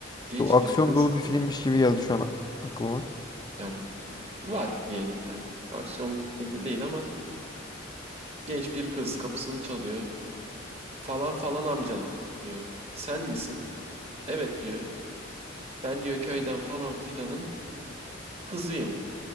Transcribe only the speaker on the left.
Çok aksiyon
dolu bir filmmiş gibi geldi şu an a- aklıma.